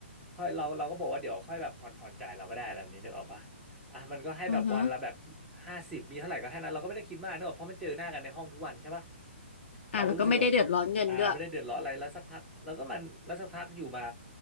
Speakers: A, in the centre; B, on the left (about 60°).
A: ค่อยเราเราก็บอกว่าเดี๋ยวค่อยแบบผ่อนผ่อนจ่ายเราก็ได้อะไรแบบนี้นึกออกปะอ่ะมันก็ให้แบบวันละแบบ
B: อือฮึ
A: ห้าสิบมีเท่าไหร่ก็ให้นั้นเราก็ไม่ได้คิดมากนึกออกเพราะมันเจอหน้ากันในห้องทุกวันใช่ปะ
B: อ่าแล้วก็ไม่ได้เดือดร้อนเงินด้วย
A: เราก็รู้สึกว่าอ่าไม่ได้เดือดร้อนอะไรแล้วสักพักแล้วก็มันแล้วสักพักอยู่มา